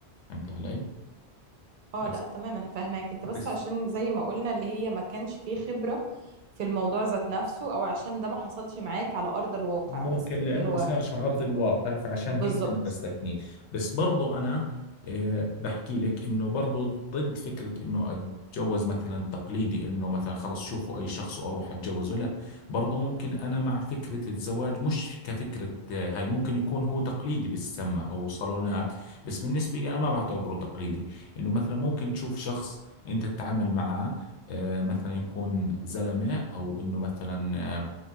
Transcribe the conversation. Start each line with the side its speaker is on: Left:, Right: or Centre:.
Left: فهمتي علي؟
Right: اه
Left: بس
Right: لا تمام انا فاهماك انت بس
Left: بس
Right: عشان زي ما قلنا اللي هي ما كانش فيه خبرة في الموضوع ذات نفسه او عشان ده ما حصلش معاك على ارض الواقع
Left: ممكن
Right: بس
Left: لأنه
Right: اللي هو
Left: ما صارش على أرض الواقع فعشان
Right: بالظبط
Left: هيك أنا بستثنيه بس برضو أنا آه، بحكي لك إنه برضو ضد فكرة إنه أتجوز مثلا تقليدي إنه مثلا خلص شوفوا أي شخص وأروح أتجوزه لا برضو ممكن أنا مع فكرة الزواج مش كفكرة آه، هاي ممكن يكون هو تقليدي بالسمة أو صالونات بس بالنسبة لي أنا ما بعتبره تقليدي إنه مثلا ممكن تشوف شخص أنت تتعامل معاه آه، مثلا يكون زلمة أو إنه مثلا آه،